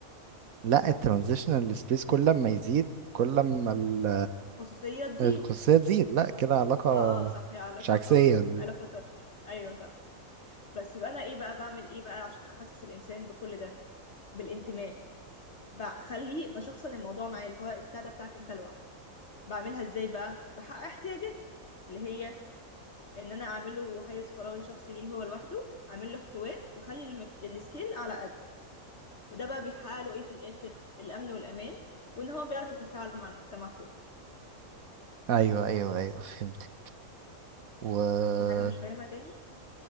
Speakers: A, on the right; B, on the left.
A: لا الترانزيشنال سبيس كل ما يزيد كل ما ال-
B: خصوصيه تزيد
A: الخصوصية تزيد لا كده علاقة
B: اه اه صح هي علاقه
A: مش عكسية
B: علاقه طرديه ايوه صح بس يبقى انا ايه بقى بعمل ايه بقى عشان احسس الانسان بكل ده بالانتماء بخليه بشخصن الموضوع معاه اللي هو البتاع ده بتاعك انت لوحدك بعملها ازاي بقى بحقق احتياجاته اللي هي ان انا اعمل له حيز فراغي شخصي ليه هو لوحده اعمل له احتواء واخلي المك... السكيل على قده وده بقى بيحقق له ايه في الاخر الامن والامان وان هو بيعرف يتفاعل مع المجتمع كله
A: ايوه ايوه ايوه فهمت و
B: في حاجه مش فاهمها تاني